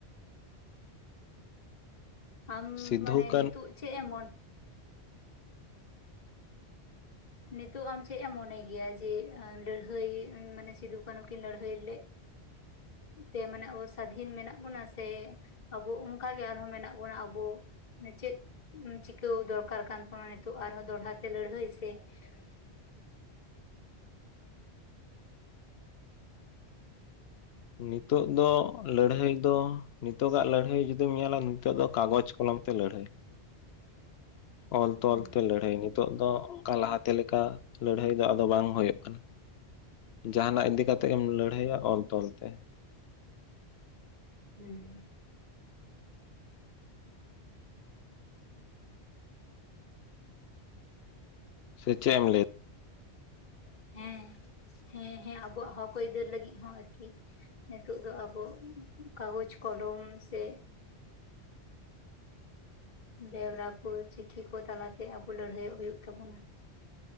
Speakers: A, on the left; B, on the left.
A: ᱟᱢ
B: ᱥᱤᱫᱷᱩ
A: ᱢᱟᱱᱮ
B: ᱠᱟᱹᱱᱩ
A: ᱱᱤᱛᱩᱜ ᱪᱮᱫ ᱮᱢᱚᱱ ᱱᱤᱛᱚᱜ ᱟᱢ ᱪᱮᱫ ᱮᱢ ᱢᱚᱱᱮ ᱜᱮᱭᱟ ᱡᱮ ᱞᱟᱹᱲᱦᱟᱹᱭ ᱢᱟᱱᱮ ᱥᱤᱫᱩ ᱠᱟᱹᱱᱦᱩ ᱠᱤᱱ ᱞᱟᱹᱲᱦᱟᱹᱭ ᱞᱮᱫ ᱛᱮ ᱢᱟᱱᱮ ᱟᱵᱚ ᱥᱟᱫᱷᱤᱱ ᱢᱮᱱᱟᱜ ᱵᱚᱱᱟ ᱥᱮ ᱟᱵᱚ ᱚᱱᱠᱟᱜᱮ ᱟᱨᱦᱚᱸ ᱢᱮᱱᱟᱜ ᱵᱚᱱᱟ ᱟᱵᱚ ᱮ ᱪᱮᱫ ᱪᱤᱠᱟᱹᱣ ᱫᱚᱨᱠᱟᱨ ᱠᱟᱱ ᱛᱟᱢᱟ ᱱᱤᱛᱚᱜ ᱟᱨᱦᱚᱸ ᱫᱚᱲᱦᱟ ᱛᱮ ᱞᱟᱹᱲᱦᱟᱹᱭ ᱥᱮ <unintelligible>
B: ᱱᱤᱛᱚᱜ ᱫᱚ ᱞᱟᱹᱲᱦᱟᱹᱭ ᱫᱚ ᱱᱤᱛᱚᱜᱟᱜ ᱞᱟᱹᱲᱦᱟᱹᱭ ᱡᱩᱫᱤᱢ ᱧᱮᱞᱟ ᱱᱤᱛᱚᱜ ᱫᱚ ᱠᱟᱜᱚᱡᱽ ᱠᱚᱞᱚᱢ ᱛᱮ ᱞᱟᱹᱲᱦᱟᱹᱭ ᱚᱞ ᱛᱚᱞᱛᱮ
A: ᱦᱩᱸ
B: ᱞᱟᱹᱲᱦᱟᱹᱭ ᱱᱤᱛᱚᱜ ᱫᱚ ᱚᱱᱠᱟ ᱞᱟᱦᱟᱛᱮ ᱞᱮᱠᱟ ᱞᱟᱹᱲᱦᱟᱹᱭ ᱫᱚ ᱟᱫᱚ ᱵᱟᱝ ᱦᱳᱭᱳᱜ ᱠᱟᱱᱟ ᱡᱟᱦᱟᱱᱟᱜ ᱤᱫᱤ ᱠᱟᱛᱮᱜ ᱮᱢ ᱞᱟᱹᱲᱦᱟᱹᱭᱟ ᱚᱞ ᱛᱚᱞ ᱛᱮᱼᱼ
A: <unintelligible>
B: ᱥᱮ ᱪᱮ ᱮᱢ ᱞᱟᱭᱼᱼ
A: ᱦᱮᱸ ᱦᱮᱸ ᱦᱮᱸ ᱟᱵᱚᱣᱟᱜ ᱦᱚᱠ ᱟᱹᱭᱤᱫᱟᱹᱨ ᱞᱟᱹᱜᱤᱫ ᱦᱚᱸ ᱟᱨᱠᱤ ᱱᱤᱛᱚᱜ ᱫᱚ ᱟᱵᱚ ᱠᱟᱜᱚᱡᱽ ᱠᱚᱞᱚᱢ ᱥᱮᱼᱼ ᱵᱮᱣᱨᱟ ᱠᱚ ᱪᱤᱴᱷᱤ ᱠᱚ ᱛᱟᱞᱟᱛᱮ ᱟᱵᱩ ᱞᱟᱹᱲᱦᱟᱹᱭᱚᱜ ᱦᱩᱭᱩᱜ ᱛᱟᱵᱩᱱᱟ᱾